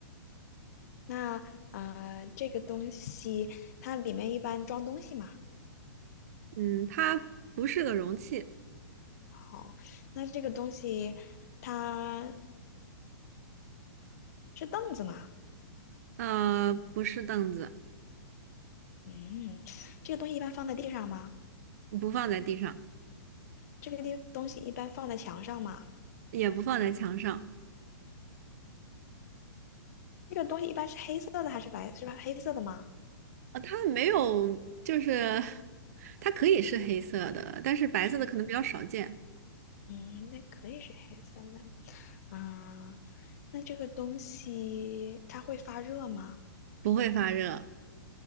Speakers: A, on the left; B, on the right.
A: 那呃，这个东西它里面一般装东西吗？
B: 嗯，它不是个容器，
A: 好，那这个东西它是凳子吗？
B: 呃，不是凳子，
A: 嗯，这个东西一般放在地上吗？
B: 不放在地上，
A: 这个地东西一般放在墙上吗？
B: 也不放在墙上，
A: 这个东西一般是黑色的还是白，是吧？黑色的吗？
B: 呃，它没有，就是它可以是黑色的，但是白色的可能比较少见，
A: 嗯，那可以是黑色的。啊、那这个东西它会发热吗？
B: 不会发热，